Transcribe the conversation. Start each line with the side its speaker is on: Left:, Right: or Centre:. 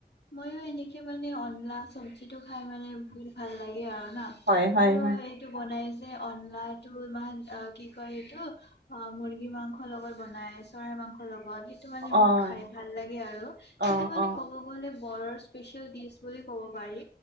Left: মইয়ো এনেকে মানে আনলা চব্জিটো খাই মানে বহুত ভাল লাগে আৰু না।
Right: হয় হয় হয়
Left: সেইটো বনাই যে, অনলাটো ইমান অ কি কয় সেইটো- অঁ মুৰ্গী মাংসৰ লগত বনাই চৰাই মাংস লগত- সেইটো মানে
Right: হয়
Left: মোৰ খাই ভাল লাগে আৰু
Right: অ',
Left: সেইটো মানে
Right: অ',
Left: ক'ব- লে বৰৰ স্পেচিয়েল ডিচ বুলি ক'ব পাৰি,